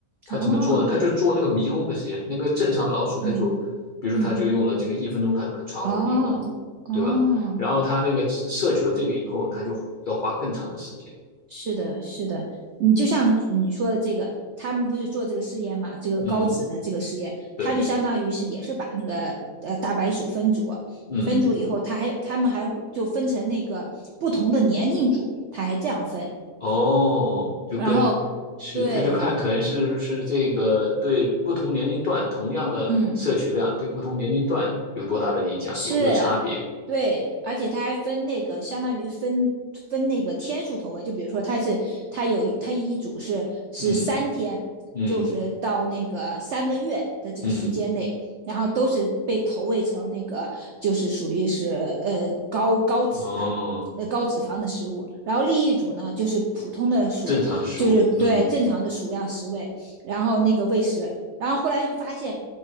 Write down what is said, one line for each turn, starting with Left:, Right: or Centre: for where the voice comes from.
Left: 他怎么做呢？
Right: 哦
Left: 他就做那个迷宫的实验。那个正常老鼠，他就，
Right: 嗯
Left: 比如说它就用了这个一分钟，
Right: 嗯
Left: 他就能穿过迷宫，
Right: 哦哦。
Left: 对吧？然后他那个摄取了这个以后，他就要花更长的时间。
Right: 是的，是的，你就像你说的这个，他们不是做这个试验嘛？这个高脂的这个实验，
Left: 嗯，对，
Right: 他就相当于是也是把那个呃大白鼠分组，
Left: 嗯。
Right: 分组以后，他还他们还会就分成那个不同的年龄组，他还这样分。
Left: 哦，就跟是，
Right: 然后对，
Left: 他就看可能是不是这个对不同年龄段同样的摄取量对不同年龄段有多大的影响，
Right: 嗯。是，
Left: 有没有差别？
Right: 对，而且它还分那个，相当于分分那个天数投喂，就比如说它是它有一它一组是是三天，
Left: 嗯嗯
Right: 就是到那个三个月的这个时间内，
Left: 嗯，
Right: 然后都是被投喂成那个就是属于是呃高高脂的。
Left: 哦，
Right: 呃，高脂肪的食物，然后另一组呢就是普通的鼠，
Left: 正常的食物，
Right: 就是对正常的鼠量食喂，
Left: 嗯，
Right: 然后那个喂食，然后后来就发现